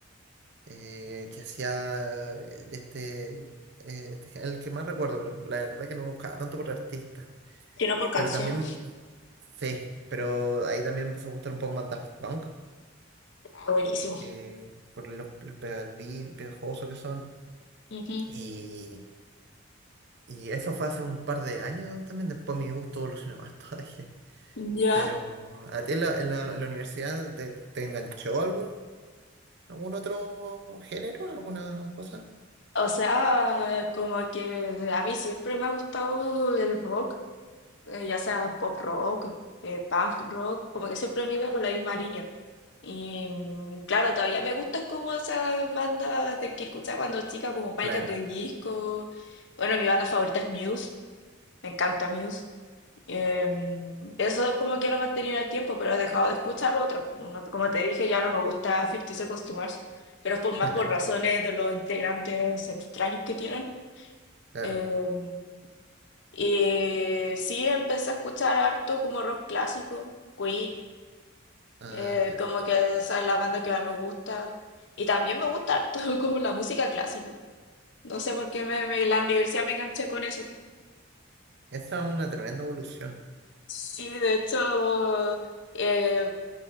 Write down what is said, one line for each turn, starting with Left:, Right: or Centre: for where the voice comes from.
Right: eh, que hacía eh, de este, eh, de este gen- el que más recuerdo, pero la verdad que no buscaba tanto por artista.
Left: Si no por canción.
Right: Pero también, sí, pero ahí también me empezó a gustar un poco más Daft Punk,
Left: Ah, buenísimo.
Right: eh, por los, los pegadi- pegajosos que son.
Left: Ujú.
Right: Y, y eso fue hace un par de años también, después mi gusto evolucionó más <laughs> todavía.
Left: Ya.
Right: Pero, ¿a ti en la, en la, en la universidad te, te enganchó algún? ¿Algún otro género? ¿Alguna cosa?
Left: O sea, como que a mí siempre me ha gustado el rock. eh, ya sea pop rock, eh, punk rock, como que siempre me iba por la misma línea. Y mm, claro, todavía me gustan como esas bandas de que escuchaba cuando chica, como Panic!
Right: Claro,
Left: at the Disco. Bueno, mi banda favorita es Muse, me encanta Muse. Em, eso es como que lo he mantenido en el tiempo, pero he dejado de escuchar otros. No- Como te dije, ya no me gusta 50 Seconds to Mars, pero es por, más
Right: <laughs>
Left: por razones de los integrantes extraños que tienen.
Right: claro.
Left: Em, y sí, empecé a escuchar harto como rock clásico, Queen,
Right: Ah,
Left: eh,
Right: claro.
Left: como que esa es la banda que más me gusta. Y también me gusta harto <laughs> como la música clásica. No sé por qué me, me- en la universidad me enganché con eso.
Right: Esa es una tremenda evolución,
Left: Sí, de hecho, eh,